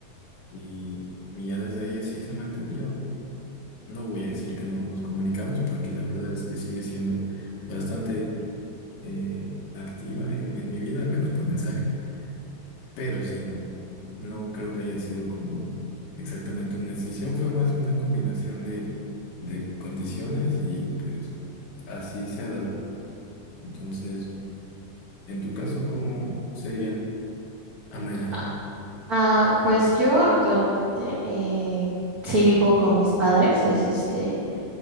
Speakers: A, on the left; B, on the right.
A: y, y ya desde ahí así se ha mantenido. ¿no? No voy a decir que no nos comunicamos porque la verdad es que sigue siendo bastante eh, activa en, en mi vida, al menos por mensaje, pero sí, no, no creo que haya sido como exactamente una decisión, fue más una combinación de, de condiciones y pues así se ha dado. Entonces, en tu caso, ¿cómo sería, Amairani?
B: Ah, ah, pues yo actualmente eh, sí vivo con mis padres. Es este